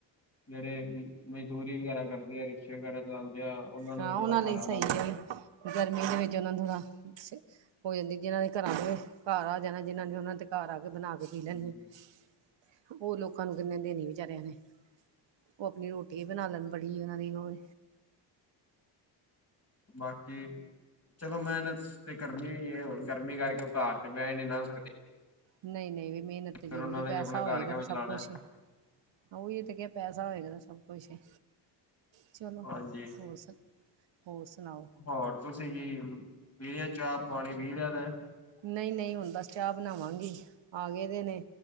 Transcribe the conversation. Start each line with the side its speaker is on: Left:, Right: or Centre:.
Left: ਜੇੜੇ ਮਜ਼ਦੂਰੀ ਵਗੈਰਾ ਕਰਦੇ ਹੈਗੇ। ਰਿਕਸ਼ਾ ਵਗੈਰਾ ਚਲਾਂਦੇ ਆ, ਉਹਨਾਂ ਨੂੰ
Right: ਹਾਂ
Left: ਵੀ ਥੋੜਾ
Right: ਉਹਨਾਂ
Left: ਸ੍ਹਾਰਾ
Right: ਲਈ ਸਹੀ
Left: ਲੱਗਦਾ।
Right: ਹੈ ਵੀ ਗਰਮੀ ਦੇ ਵਿੱਚ ਓਨਾ ਦੀਆ, ਹੋ ਜਾਂਦੀ ਜਿਨਾਂ ਦੇ ਘਰਾਂ ਦੇ ਘਰ ਆ ਜਾਣਾ ਜਿਨਾਂ ਨੇ ਓਨਾਂ ਦੇ ਘਰ ਆ ਕੇ ਬਣਾ ਕੇ
Left: ਲੱਗਦਾ
Right: ਪੀ ਲੈਣੀ ਆ, ਓ ਲੋਕਾਂ ਨੂੰ ਕਿੰਨੇ ਦੇਣੀ ਵਿਚਾਰੇਆਂ ਨੇ ਓ ਆਪਣੀ ਰੋਟੀ ਈ ਬਣਾ ਲੈਣ ਬੜੀ ਉਹਨਾਂ ਦੀ ਉਹ ਐ।
Left: ਬਾਕੀ ਚਲੋ ਮੇਨਤ ਤੇ ਕਰਨੀ ਏ, ਗਰਮੀ ਕਰਕੇ ਓ ਘਰ ਤੇ ਬੈ ਨੀ ਨਾ ਸਕਦੇ।
Right: ਨਈ ਨਈ ਵੀ ਮੇਨਤ ਤੇ
Left: ਫਿਰ
Right: ਜ਼ਰੂਰੀ
Left: ਉਹਨਾਂ ਨੇ
Right: ਪੈਸਾ
Left: ਵੀ ਆਪਣਾ
Right: ਹੋਏਗਾ
Left: ਘਰ ਕਿਵੇਂ
Right: ਤੇ
Left: ਚਲਾਉਣਾ
Right: ਸਭ ਕੁਛ ਓਹੀ ਤੇ ਕੇਆ ਪੈਸਾ ਹੋਏਗਾ ਤੇ ਸਭ ਕੁਛ ਏ, ਚਲੋ
Left: ਹਾਂਜੀ
Right: ਹੋਰ ਸਭ? ਹੋਰ ਸੁਨਾਓ?
Left: ਹੋਰ ਤੁਸੀਂ ਕੀ, ਪੀ ਲਿਆ ਚਾਹ ਪਾਣੀ ਪੀ ਲਿਆ ਵੈ?
Right: ਨਈ-ਨਈ ਹੁਣ ਬਸ ਚਾਹ ਬਣਾਵਾਂਗੀ, ਆ ਗਏ ਦੇ ਨੇ